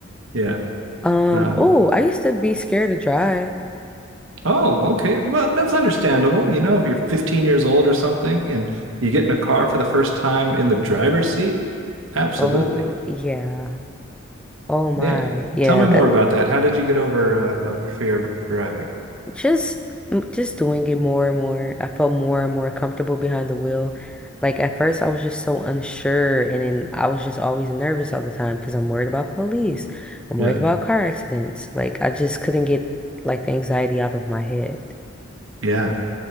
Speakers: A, on the right (about 65°); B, in the centre.
A: Yeah.
B: Um,
A: Um,
B: oh, I used to be scared to drive.
A: Oh, okay. Well, that's understandable. You know, if you're 15 years old or something and you get in a car for the first time in the driver's seat, absolutely.
B: Oh, yeah. Oh my.
A: Yeah.
B: Yeah,
A: Tell me more
B: that
A: about that. How did you get over uh, over fear of driving?
B: Just just doing it more and more. I felt more and more comfortable behind the wheel. Like at first I was just so unsure and then I was just always nervous all the time because I'm worried about police. I'm worried
A: Yeah.
B: about car accidents. Like I just couldn't get like the anxiety out of my head.
A: Yeah.